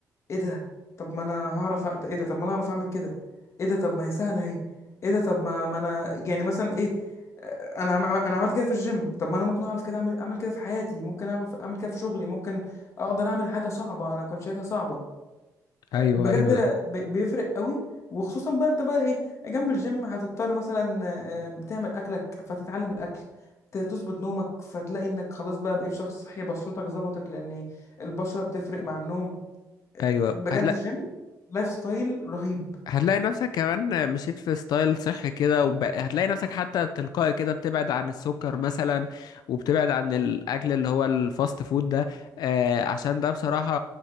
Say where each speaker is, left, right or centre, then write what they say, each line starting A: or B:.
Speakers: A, on the left (about 45°); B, on the left (about 80°).
A: ايه ده طب ما انا هعرف أ- ايه ده طب ما انا هعرف اعمل كده ايه ده طب ما هي سهلة اهي ايه ده طب ما ما انا يعني مثلا ايه انا عم- انا عملت كده في الجيم طب ما انا ممكن اعرف كده اعمل اعمل كده في حياتي ممكن اعمل اعمل كده في شغلي ممكن اقدر اعمل حاجه صعبه انا كنت شايفها صعبه
B: ايوه
A: بجد
B: ايوه ده
A: ب- بيفرق قوي وخصوصا بقى انت بقى ايه جنب الجيم هتضطر مثلا آه، بتعمل اكلك فتتعلم الاكل ت- تظبط نومك فتلاقي انك خلاص بقى بقيت شخص صحي بشرتك ظبطت لان البشره بتفرق مع النوم آه،
B: ايوه
A: بجد
B: هتلاقي
A: الجيم لايف ستايل رهيب
B: هتلاقي نفسك كمان مشيت في ستايل صحي كده وب... هتلاقي نفسك حتى تلقائي كده بتبعد عن السكر مثلا وبتبعد عن الاكل اللي هو الفاست فود ده آه عشان ده بصراحة